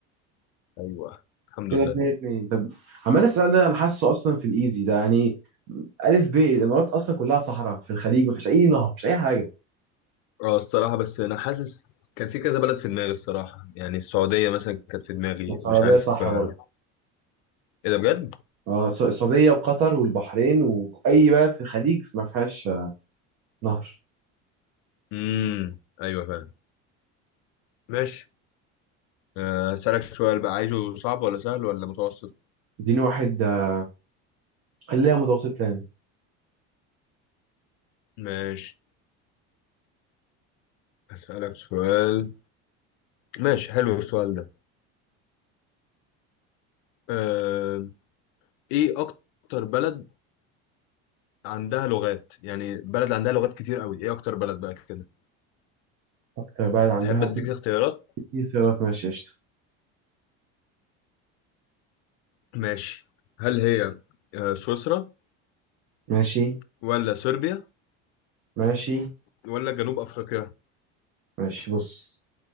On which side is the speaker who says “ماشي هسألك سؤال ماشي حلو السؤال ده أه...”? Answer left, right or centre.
Left